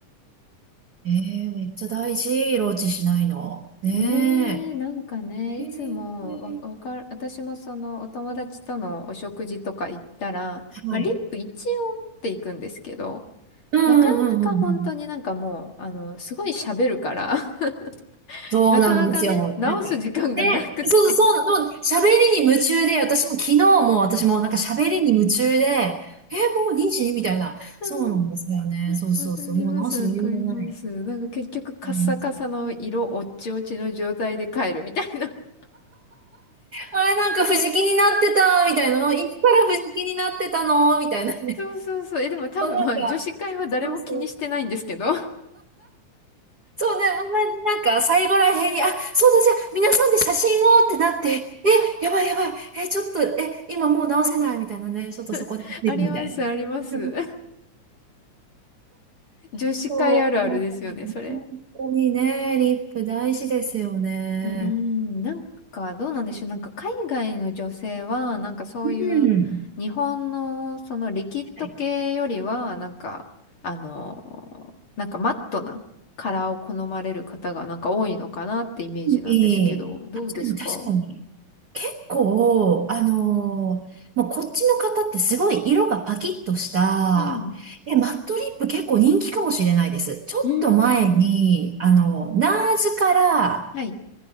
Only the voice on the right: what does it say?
ー、えーめっちゃ大事、ローチしないの。ね
え。
へえ。
はい。
うんうんうんうん
そうなんですよ。
なんか、で、そうそう、もう喋りに夢中で、私も昨日も私もなんか喋りに夢中で、え、もう2時みたいな。
そうなんですよね。そうそうそう。
もう直す余裕がない。
あります
あれ、なんか藤木になってた、みたいなの。いつから藤木になってたのみたいなね。
<laughs> そうなんか、そうそうそう。そうね、な、なんか最後らへんに、あ、そうだ、じゃあ皆さんで写真をってなって、え、やばいやばい、え、ちょっと、え、今もう直せないみたいなね、ちょっとそこで見るみたい
な。うん
そう、もう
本当にね、リップ大事ですよね。
うん。はい。
に、
確かに確かに。結構、あのーもうこっちの方ってすごい色がパキッとした、
え、マットリップ結構人気かもしれないです。ちょっと前に、
あの、ナーズから